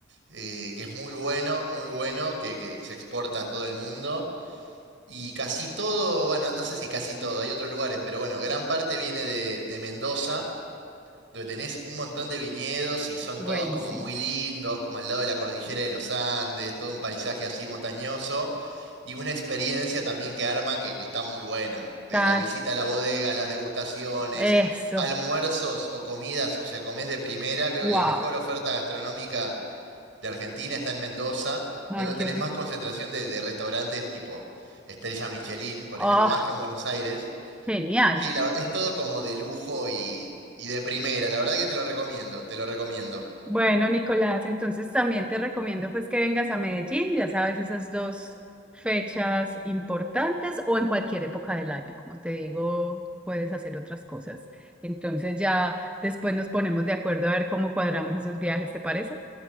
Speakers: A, on the right; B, in the centre.
A: eh, que es muy bueno, muy bueno, que, que se exporta a todo el mundo. Y casi todo, bueno, no sé si casi todo, hay otros lugares, pero bueno, gran parte viene de, de Mendoza, donde tenés un montón de viñedos y son
B: Buenísimo.
A: todos como muy lindos, como al lado de la cordillera de los Andes, todo un paisaje así montañoso y una experiencia también que arman que, que está muy buena, de
B: Tal,
A: la visita a las bodegas, las degustaciones,
B: eso.
A: almuerzos o comidas, o sea, comés de primera, creo
B: Wow.
A: que la mejor oferta gastronómica de Argentina, está en Mendoza.
B: Ah,
A: Es donde
B: qué
A: tenés
B: rico.
A: más concentración de, de restaurantes tipo Estrella Michelin, por
B: Oh,
A: ejemplo, más que en Buenos Aires.
B: genial.
A: Sí, la- es todo como de lujo y, y de primera. La verdad que te lo recomiendo, te lo recomiendo.
B: Bueno, Nicolás, entonces también te recomiendo pues que vengas a Medellín, ya sabes, esas dos fechas importantes o en cualquier época del año, como te digo, puedes hacer otras cosas. Entonces ya después nos ponemos de acuerdo a ver cómo cuadramos esos viajes, ¿te parece?